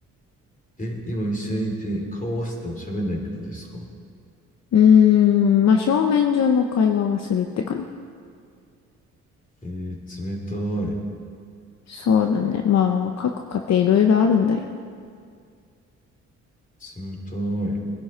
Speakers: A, on the left; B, on the left.
A: え、今一緒にいて顔合わせても喋んないってことですか
B: うーん、まあ表面上の会話はするって感じ。
A: えー、冷たい。
B: そうだね。まあ、各家庭いろいろあるんだよ。
A: 冷たい。